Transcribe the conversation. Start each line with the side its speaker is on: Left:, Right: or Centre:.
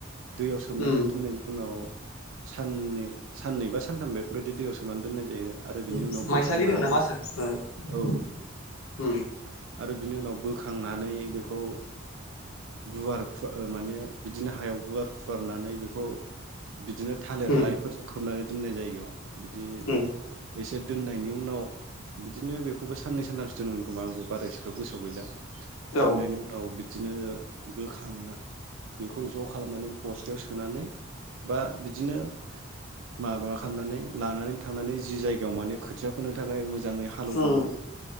Right: दैयाव सोमनानै
Left: उम
Right: दोननायनि उनाव साननै साननै बा सानथाम बेफोरबायदि दैयाव सोमनानै दोननाय जायो। आरो बिनि
Left: होम
Right: उनाव बोखांनानै
Left: माइसालि होनोमोन नामा आसोल हो
Right: औ
Left: होम।
Right: आरो बिनि उनाव बोखांनानै बेखौ गुवार फुवा माने बिदिनो हायाव गुवार फुवारनानै बेखौ बिदिनो थालिर
Left: उम
Right: लाइफोरजों खोबनानै दोननाय जायो। बिदि
Left: उम
Right: एसे दोननायनि उनाव बिदिनो बेखौ खौबो सान्नै सान्थामसो दोनोमोन खोमा आंबो बारायसो गोसोआव गैला
Left: औ
Right: दोननायनि उनाव बिद बिदिनो बोखांना बेखौ ज' खालामनानै बस्थायाव सोनानै बा बिदिनो माबा खालामनानै लानानै थांनानै जि जायगायाव माने खोथिया फोनो थाखाय मोज मोजाङै हालौदोंमोन।
Left: उम